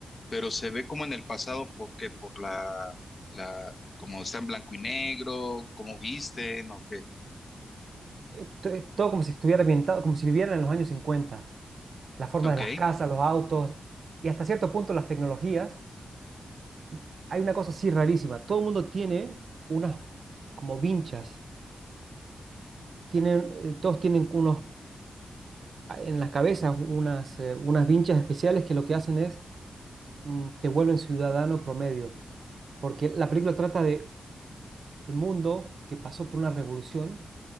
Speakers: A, on the left; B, on the right.
A: pero se ve como en el pasado porque por la, la, como está en blanco y negro, cómo visten, o qué.
B: eh, to- es todo como si estuviera ambientado, como si vivieran en los años 50, la forma
A: Ok,
B: de las casas, los autos y hasta cierto punto las tecnologías. Y hay una cosa así rarísima, todo el mundo tiene unas como vinchas, tienen, eh, todos tienen unos, ah, en las cabezas unas, eh, unas vinchas especiales que lo que hacen es mm, te vuelven ciudadano promedio, porque la película trata de el mundo que pasó por una revolución